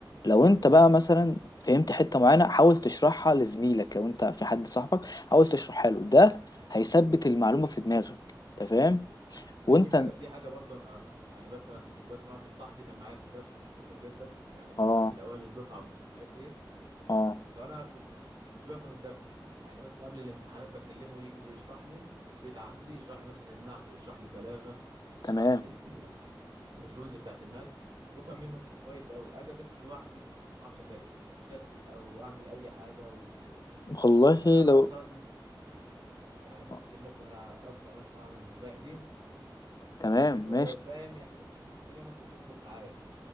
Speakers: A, on the left; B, on the right.
A: لو انت بقى مثلا فهمت حتة معينة حاول تشرحها لزميلك لو انت في حد صاحبك حاول تشرحها له ده هيثبت المعلومة في دماغك انت فاهم
B: ما
A: وانت
B: هي دي حاجه في حاجه برضه انا يعني مثلا كنت بسمع واحد صاحبي كان معايا في الدرس كان شاطر جدا يعني بيطلع
A: اه
B: من اوائل الدفعه ومش عارف ايه
A: اه
B: فانا كنت ما كنتش بفهم الدرس يعني مثلا قبل الامتحانات بكلمه يجي يشرح لي البيت عندي يشرح لي مثلا النحو يشرح لي البلاغه يشرح
A: تمام
B: لي ال- الرولز بتاعت الماس وافهم منه كويس قوي اجي اذاكر لوحدي ما اعرفش اذاكر اتشتت او اعمل اي حاجه وكده
A: والله
B: فانا مثلا
A: لو
B: يعني ممكن
A: آه،
B: مثلا ابدا مثلا اعمل النصايح دي
A: تمام
B: وفاهم
A: ماشي
B: يعني الدنيا ممكن تظبط معايا